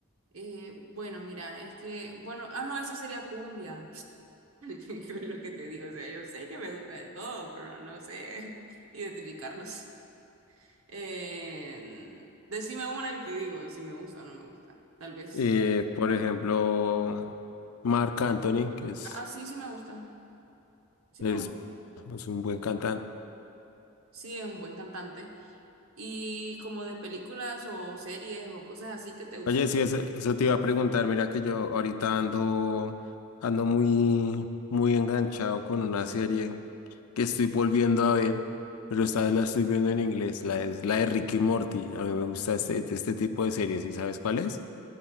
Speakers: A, on the right; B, on the left.
A: Eh, bueno, mira, es que, bueno, ah, no, ese sería cumbia. <laughs> Es Lo que te digo, o sea, yo sé que me gusta de todo, pero no sé <laughs> identificarlos. Eh, decime una y te digo si me gusta o no me gusta. Tal vez.
B: Eh, por ejemplo, Marc Anthony, que es,
A: Ah, sí, sí me gusta. Sí
B: es,
A: me gusta.
B: es un buen cantante.
A: Sí, es un buen cantante. Y como de películas o series o cosas así que te gustan.
B: Oye, sí, eso, eso te iba a preguntar. Mira que yo ahorita ando, ando muy, muy enganchado con una serie que estoy volviendo a ver, pero esta vez la estoy viendo en inglés. La, es la de Ricky Morty. A mí me gusta este, este tipo de series, ¿y sabes cuál es?